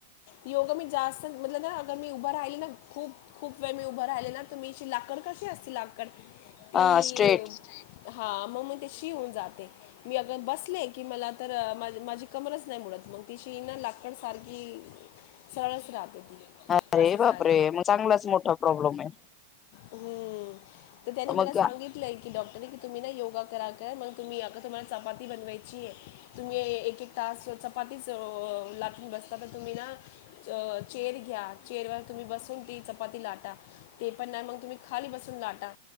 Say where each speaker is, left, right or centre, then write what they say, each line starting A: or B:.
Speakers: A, on the left; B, on the left.
A: योगा मी जास्त म्हटलं ना, अगर मी उभं राहिली ना खूप. खूप वेळ मी उभं राहिले ना, तुम्हीची लाकड कशी असती, लाकड. ती,
B: हा स्ट्रेट
A: हा, मग मी तशी होऊन जाते. मी अगर बसले की, मला तर माझी. कबंरच नाही मुडत मग तिशी ना, लाकड सारखी. सरळचं राहते ती.
B: अरे
A: असं झाले
B: बाप रे! मग चांगलाच मोठा प्रॉब्लेम आहे.
A: हम्म, तर त्यानी मला
B: मग
A: सांगितलंय. की, डॉक्टर आहे की तुम्ही? ना, योगा करा. मग तुम्ही या का? तुम्हाला चपाती बनवायची आहे, तुम्ही एक-एक. तासभर व चपातीच लाटून बसता तर तुम्ही ना. अं, चेअर घ्या, त्या चेअरवर तुम्ही बसून ती चपाती लाटा. ते पण ना, मग तुम्ही खाली बसून लाटा,